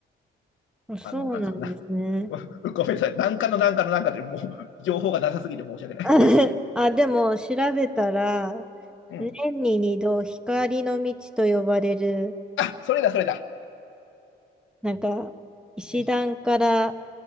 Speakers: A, in the centre; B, on the left.
A: あそうなんですね。
B: あの、なんですかな。<laughs> ごめんなさい。なんかのなんかのなんかでもう情報がなさすぎて申し訳ない。
A: <laughs> あ、でも調べたら、
B: うん。
A: 年に二度光の道と呼ばれる、
B: あ、それだ、それだ。
A: なんか、石段から、
B: うん、